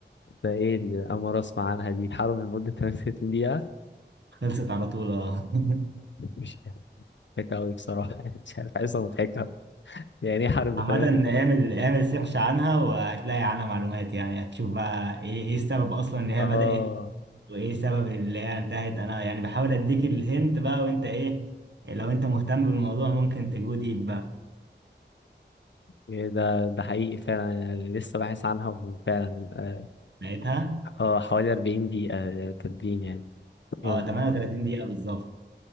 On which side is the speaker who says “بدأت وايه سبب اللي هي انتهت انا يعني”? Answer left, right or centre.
Right